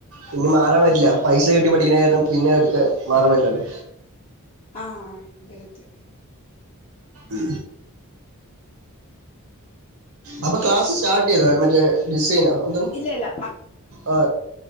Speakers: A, on the right (about 70°); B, on the left (about 30°).
A: പിന്നെ മാറാൻ പറ്റില്ല പൈസ കിട്ടി പഠിക്കണ കാരണം പിന്നെ എടുക്ക മാറാൻ പറ്റില്ലല്ലോ
B: ആഹ അതെതെ
A: ഉ അപ്പൊ ക്ലാസ് സ്റ്റാർട്ട് ചെയ്താ മറ്റേ ഡിസൈന എന്ത
B: ഇല്ല ഇല്ല
A: ആ